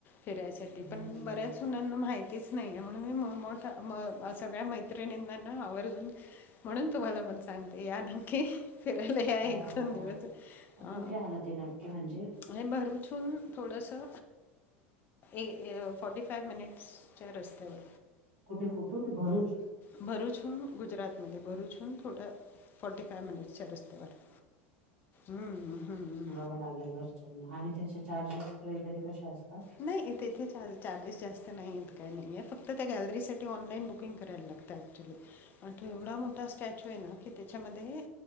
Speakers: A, on the left (about 30°); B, on the right (about 60°).
A: फिरायसाठी
B: हम्म
A: पण बऱ्याच हुणांना माहितीच नाही आहे म्हणून मी मोठा म सगळ्या मैत् मैत्रिनींना ना आवर्जून म्हणून तुम्हाला पण सांगते याना. के फिरायला या
B: हा
A: एक दोन दिवस. अ
B: कुठे आलं ते नक्की म्हणजे
A: हे भरूच <unintelligible> थोडस अ एक फॉर्टीफाय मिनिट्सच्या रस्त्यावर
B: कुठे कुठून भरूच?
A: भरुचहून गुजरातमध्ये भरूचहून थोड फोर्टीफाय मिनिट्सच्या रस्त्यावर आहे हम्म हम्म.
B: ह लागेल <unintelligible> आणि त्याचे चार्जेस वगैरे कसे असतात.
A: नाही तेथे चार् चार्जेस जास्त नाही आहेत काही नाही आहे फक्त त्या गॅलरीसाठी ऑनलाईन बुकिंग करायला लागत. ऍक्च्युली आणि तो एवढा मोठा स्टॅच्यू आहे ना की त्याच्यामध्ये